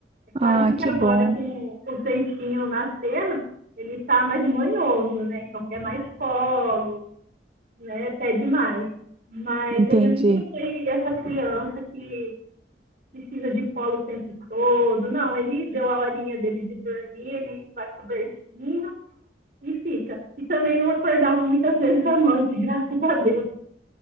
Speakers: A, on the right (about 55°); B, on the right (about 30°).
A: É claro
B: Ah,
A: que
B: que
A: agora,
B: bom.
A: com os dentinhos nascendo, ele está mais manhoso, né? Então quer mais colo, né? Até demais. Mas
B: Entendi.
A: ele nunca foi essa criança que precisa de colo o tempo todo. Não, ele deu a horinha dele de dormir, ele vai pro bercinho e fica. E também não acordava muitas vezes à noite, <laughs> graças a Deus.